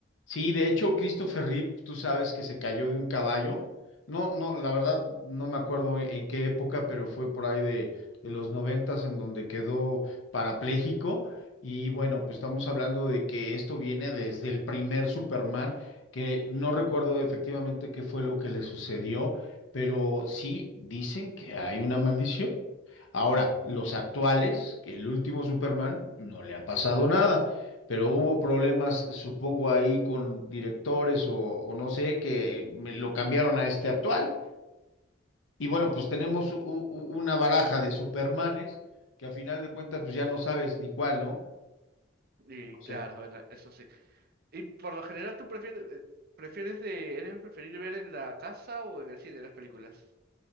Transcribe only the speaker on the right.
Y
claro,
bueno, eso sí. Y por lo general, ¿tú prefieres, eh, prefieres de, eres preferir ver en la casa o en el cine las películas?